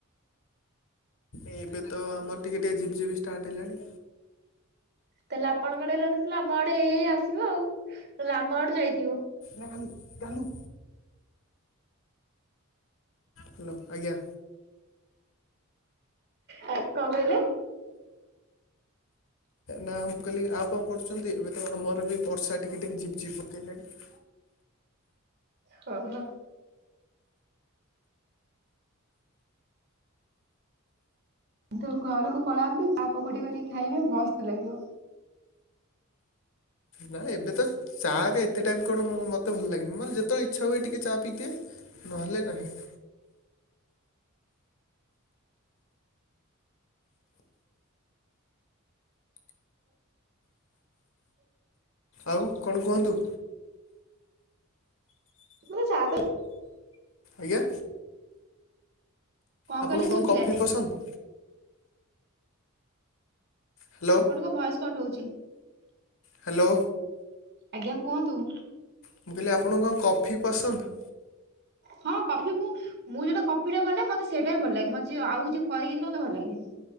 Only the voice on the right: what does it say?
ତାହେଲେ ଆପଣଙ୍କଡେ ହେଲେଣି ତ ଆମ ଆଡେ ହେଇ ହେଇ ଆସିବ ଆଉ। ନହଲେ ଆମ ଆଡୁ ଯାଇଥିବ।
ଆ କଁ କହିଲେ?
ହଁ ହଁ। ତ ଘରକୁ ପଳାନ୍ତୁ ଚା ପକୁଡି କରି ଖାଇବେ ମସ୍ତ ଲାଗିବ।
ମୁଁ ଇ ଚା ପି।
କହିଲେ
ଶୁଭିଲାନି
ଆପଣଙ୍କ ଭଏସ୍ କଟ ହଉଛି
ଆଜ୍ଞା କୁହନ୍ତୁ।
ହଁ କଫି ମୁଁ ମୁଁ ଯୋଟା କଫିଟା ବନାଏ ମତେ ସେଇଟା ହି ଭଲ ଲାଗେ ମତେ ଯିଏ ଆଉ ଯିଏ କରୀକି ଦିଏ ମତେ ଭଲ ଲାଗେନି।